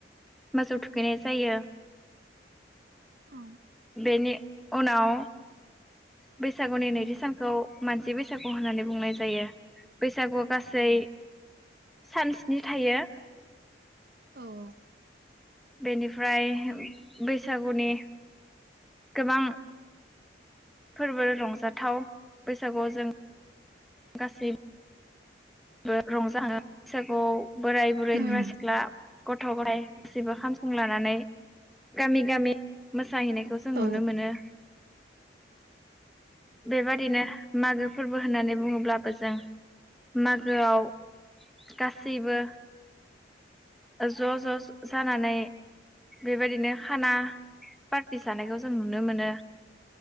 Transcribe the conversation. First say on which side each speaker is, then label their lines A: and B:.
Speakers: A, in the centre; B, on the right.
A: मोसौ थुखैनाय जायो।
B: औ
A: बेनि उनाव बैसागुनि नैथि सानखौ मानसि बैसागु होननानै बुंनाय जायो। बैसागुआ गासै।
B: उम
A: चानन्सि थायो।
B: औ औ
A: बेनिफ्राय बैसागुनि गोबां फोर्बो रंजाथाव बैसागुआव जों गासै ब रंजानो। बैसागुआव बोराय बुरै
B: उम
A: सेंग्रा सिख्ला गथ' गथाय गासैबो खामसं लानानै गामि गामि मोस फ्राहैनायखौ जों
B: औ
A: नुनो मोनो। बेबादिनो मागो फोर्बो होननानै बुङोब्लाबो जों मागोआव गासैबो ज' ज' जानानै बेबायदिनो खाना पार्टि जानायखौ जों नुनो मोनो